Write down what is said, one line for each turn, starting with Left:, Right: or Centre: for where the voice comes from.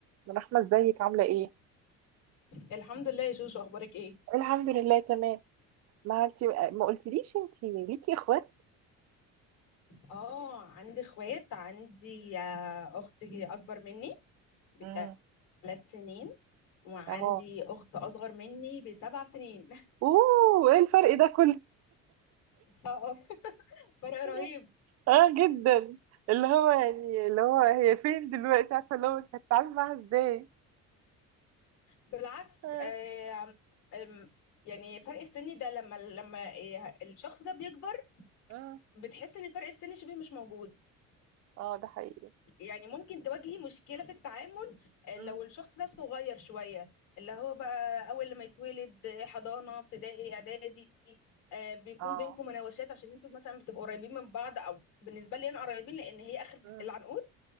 Right: من رحمة ازيك عاملة ايه؟
Left: الحمد لله يا شوشو اخبارك ايه
Right: الحمد لله تمام ما انت ما قلتليش انت ليكي اخوات؟
Left: اه عندي اخوات عندي آه، اختي اكبر مني بثلاث
Right: امم
Left: سنين وعندي
Right: اه
Left: اخت اصغر مني بسبع سنين
Right: اوه ايه الفرق ده كله؟
Left: <laughs> اه فرق
Right: <laughs>
Left: رهيب
Right: اه جدا اللي هو يعني اللي هو هي فين دلوقتي عارفة اللي هو انت هتتعامل معاها ازاي؟
Left: بالعكس
Right: اه
Left: آه، آم، يعني فرق السن ده لما لما إيه، الشخص ده بيكبر
Right: اه
Left: بتحس ان فرق السن شبه مش موجود
Right: آه، ده حقيقي
Left: يعني ممكن تواجهي مشكلة في التعامل آه،
Right: مم.
Left: لو الشخص ده صغير شوية اللي هو بقى أول لما يتولد آه، حضانة ابتدائي إعدادي آه، بيكون
Right: اه
Left: بينكم مناوشات عشان انتوا مثلا بتبقوا قريبين من بعض او بالنسبة لي انا قريبين لان هي اخر
Right: مم.
Left: العنقود